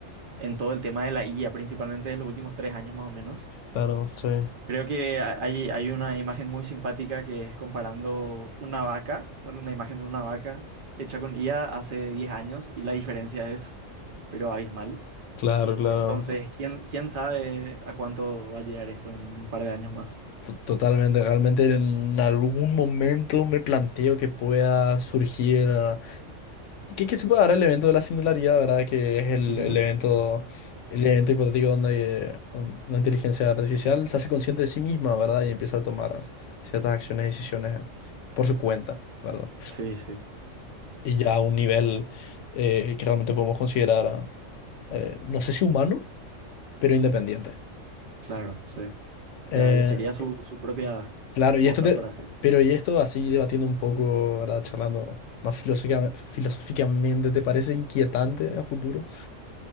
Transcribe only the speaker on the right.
en todo el tema de la IA, principalmente en los últimos tres años más o menos.
Creo que ha- hay, hay una imagen muy simpática que es comparando una vaca, bueno, una imagen de una vaca hecha con IA hace 10 años y la diferencia es, pero abismal.
Entonces, ¿quién, quién sabe a cuánto va a llegar esto en un par de años más?
Ujú.
Sí, sí,
claro, sí.
Ya, ya sería su, su propia
cosa,
por así decirlo.